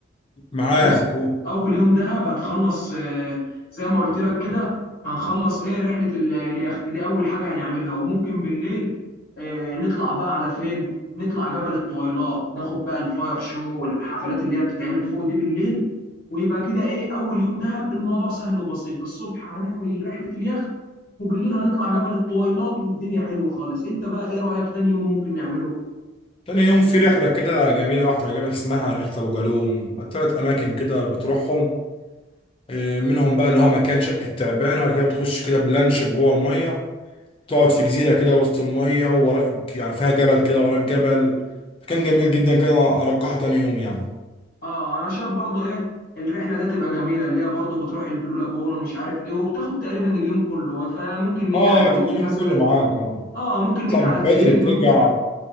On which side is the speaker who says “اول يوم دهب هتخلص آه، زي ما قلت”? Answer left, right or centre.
Left